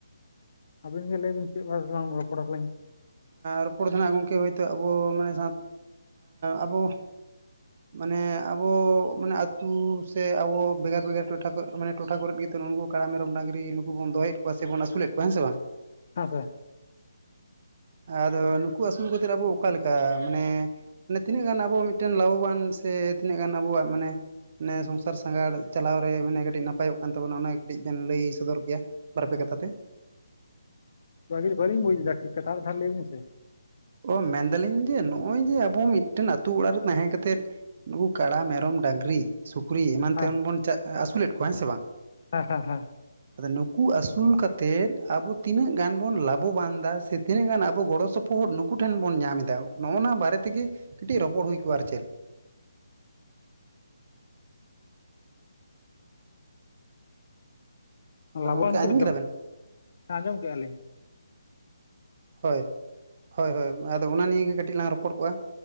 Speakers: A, on the left; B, on the right.
A: ᱟᱵᱤᱱ ᱜᱮ ᱞᱟᱹᱭᱵᱤᱱ ᱪᱮᱫ ᱵᱟᱨᱮ ᱛᱮᱞᱟᱝ ᱨᱚᱯᱚᱲ ᱟᱞᱤᱧ ᱾
B: ᱨᱚᱯᱚᱲ ᱫᱚ ᱱᱟᱦᱟᱸᱜ ᱜᱚᱢᱠᱮ ᱦᱳᱭ ᱛᱳ ᱟᱵᱚ ᱢᱟᱱᱮ ᱟᱵᱚ ᱢᱟᱱᱮ ᱟᱵᱚ ᱢᱟᱱᱮ ᱟᱛᱩ ᱥᱮ ᱟᱵᱚ ᱵᱷᱮᱜᱟᱨ ᱵᱷᱮᱜᱟᱨ ᱴᱚᱴᱷᱟ ᱠᱚ ᱢᱟᱱᱮ ᱴᱚᱴᱷᱟ ᱠᱚᱨᱮᱫ ᱜᱮ ᱱᱤᱛᱚᱜ ᱩᱱᱠᱩ ᱠᱟᱲᱟ ᱢᱮᱨᱚᱢ ᱰᱟᱝᱨᱤ ᱱᱩᱠᱩ ᱵᱚᱱ ᱫᱚᱭᱮᱫ ᱠᱚᱣᱟ ᱥᱮᱵᱚᱱ ᱟᱹᱥᱩᱞᱮᱫ ᱠᱚᱣᱟ ᱦᱮᱸ ᱥᱮ ᱵᱟᱝ?
A: ᱦᱮᱸ ᱥᱮ ᱾
B: ᱟᱫᱚ ᱱᱩᱠᱩ ᱟᱹᱥᱩᱞ ᱠᱟᱛᱮᱫ ᱟᱵᱚ ᱚᱠᱟ ᱞᱮᱠᱟ ᱢᱟᱱᱮ ᱢᱟᱱᱮ ᱛᱤᱱᱟᱹᱜ ᱜᱟᱱ ᱟᱵᱚᱣᱟᱜ ᱢᱤᱫᱴᱮᱱ ᱞᱟᱵᱷᱚᱵᱟᱱ ᱥᱮ ᱛᱤᱱᱟᱹᱜ ᱜᱟᱱ ᱟᱵᱚᱣᱟᱜ ᱢᱟᱱᱮ ᱟᱱᱮ ᱥᱚᱝᱥᱟᱨ ᱥᱟᱸᱜᱷᱟᱨ ᱪᱟᱞᱟᱣ ᱨᱮ ᱢᱟᱱᱮ ᱠᱟᱹᱴᱤᱡ ᱱᱟᱯᱟᱭᱚᱜ ᱠᱟᱱ ᱛᱟᱵᱚᱱᱟ ᱚᱱᱟ ᱠᱟᱹᱴᱤᱡ ᱵᱮᱱ ᱞᱟᱹᱭ ᱥᱚᱫᱚᱨ ᱠᱮᱭᱟ ᱾ ᱵᱟᱨ ᱯᱮ ᱠᱟᱛᱷᱟ ᱛᱮ
A: <unintelligible> ᱵᱟᱞᱤᱧ ᱵᱩᱡᱽ ᱞᱮᱫᱟ ᱠᱟᱛᱷᱟ <unintelligible> ᱟᱨ ᱢᱤᱫ ᱫᱷᱟᱣ ᱞᱟᱹᱭ ᱢᱮ ᱥᱮ᱾
B: ᱚ ᱢᱮᱱᱫᱟᱞᱤᱧ ᱡᱮ ᱱᱚᱜᱼᱚᱭ ᱡᱮ ᱟᱵᱚ ᱢᱤᱫᱴᱮᱱ ᱟᱹᱛᱩ ᱚᱲᱟᱜ ᱨᱮ ᱛᱟᱦᱮᱸ ᱠᱟᱛᱮᱫ ᱱᱩᱠᱩ ᱠᱟᱲᱟ, ᱢᱮᱨᱚᱢ, ᱰᱟᱝᱨᱤ, ᱥᱩᱠᱨᱤ ᱮᱢᱟᱱ
A: ᱦᱮᱸ
B: ᱛᱮᱢᱟ ᱵᱚᱱ ᱟᱹᱥᱩᱞᱮᱫ ᱠᱚᱣᱟ ᱦᱮᱸ ᱥᱮ ᱵᱟᱝ᱾
A: ᱦᱮᱸ ᱦᱮᱸ ᱦᱮᱸ
B: ᱟᱫᱚ ᱱᱩᱠᱩ ᱟᱹᱥᱩᱞ ᱠᱟᱛᱮᱫ ᱟᱵᱚ ᱛᱤᱱᱟᱹᱜ ᱜᱟᱱ ᱵᱚᱱ ᱞᱟᱵᱷᱚᱵᱟᱱ ᱫᱟ ᱥᱮ ᱛᱤᱱᱟᱹᱜ ᱜᱟᱱ ᱟᱵᱚ ᱜᱚᱲᱚ ᱥᱚᱯᱚᱦᱚᱫ ᱱᱩᱠᱩ ᱴᱷᱮᱱ ᱵᱚᱱ ᱧᱟᱢ ᱮᱫᱟ ᱱᱚᱜᱼᱚᱱᱟ ᱵᱟᱨᱮ ᱛᱮᱜᱮ ᱠᱟᱹᱴᱤᱡ ᱨᱚᱯᱚᱲ ᱦᱩᱭ ᱠᱚᱜᱼᱟ ᱟᱨ ᱪᱮᱫ᱾
A: ᱞᱟᱵᱟᱱᱛᱚ
B: ᱜᱚᱝᱠᱮ ᱟᱸᱡᱚᱢ
A: <unintelligible>
B: ᱠᱮᱫᱟ ᱵᱮᱱ
A: ᱦᱮᱸ ᱟᱸᱡᱚᱢ ᱠᱮᱫᱼᱟ ᱞᱤᱧ᱾
B: ᱦᱳᱭ ᱦᱳᱭ ᱦᱳᱭ ᱟᱫᱚ ᱚᱱᱟ ᱱᱤᱭᱮ ᱜᱮ ᱠᱟᱹᱴᱤᱡ ᱞᱟᱝ ᱨᱚᱯᱚᱲ ᱠᱚᱜᱼᱟ᱾